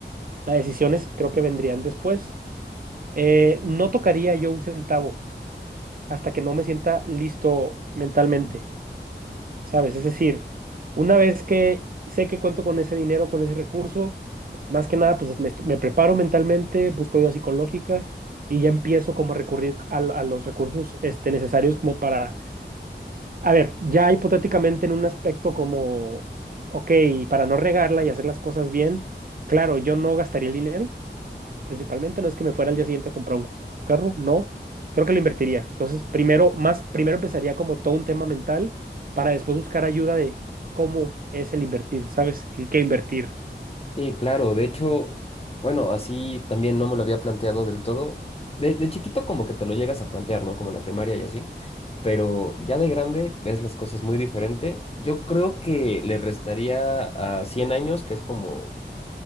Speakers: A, on the right; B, on the left.
A: Las decisiones creo que vendrían después. Eh, no tocaría yo un centavo hasta que no me sienta listo mentalmente, ¿sabes? Es decir, una vez que sé que cuento con ese dinero, con ese recurso, pues, más que nada, pues me, est- me preparo mentalmente, busco ayuda psicológica y ya empiezo como a recurrir a, a los recursos este, necesarios como para A ver, ya hipotéticamente en un aspecto como, ok, para no regarla y hacer las cosas bien, claro, yo no gastaría el dinero, principalmente, no es que me fuera al día siguiente a comprar un carro, no, creo que lo invertiría. Entonces, primero, más, primero empezaría como todo un tema mental para después buscar ayuda de cómo es el invertir, ¿sabes? ¿En qué invertir?
B: Sí, claro, de hecho, bueno, así también no me lo había planteado del todo. De, de chiquito como que te lo llegas a plantear, ¿no? Como en la primaria y así, pero ya de grande ves las cosas muy diferente. Yo creo que le restaría a 100 años, que es como,